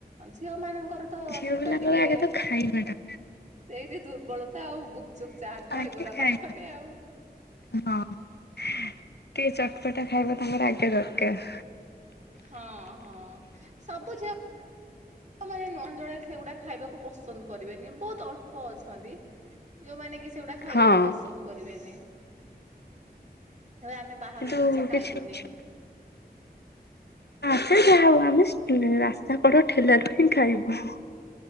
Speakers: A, on the right; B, on the left.
A: ଝିଅ ମାନଙ୍କର ତ
B: ଝିଅ
A: ସେଟା
B: ପିଲାଙ୍କର
A: ଟିକେ
B: ଆଗେ ତ ଖାଇବାଟା
A: ସେଇଠି ଦୁର୍ବଳତା ଆଉ। ଗୁପଚୁପ୍, ଚାଟ, ଦହିବରା
B: ଆଗେ ଖାଇବା
A: ପାଖରେ ଆଉ।
B: ହଁ, ଟିକେ ଚଟପଟା ଖାଇବା ତାଙ୍କର ଆଗେ ଦରକାର।
A: ହଁ ହଁ, ସବୁ ଝିଅ ମାନେ ନୁହଁ, ଜଣେ ହେଇଗୁଡ଼ା ଖାଇବାକୁ ପସନ୍ଦ କରିବେନି, ବହୁତ ଅଳ୍ପ ଅଛନ୍ତି। ଯୋଉମାନେ କି ସେଇଗୁଡା ଖାଇବାକୁ
B: ହଁ
A: ପସନ୍ଦ କରିବେନି। ଆମେ ବାହାର
B: କିନ୍ତୁ
A: ଜିନିଷ ଖାଇବୁନି।
B: କିଛି ଅଛି ସେ ଯାହା ହଉ ଆମେ ରାସ୍ତା କଡ ଠେଲାଠୁ ହିଁ ଖାଇବୁ।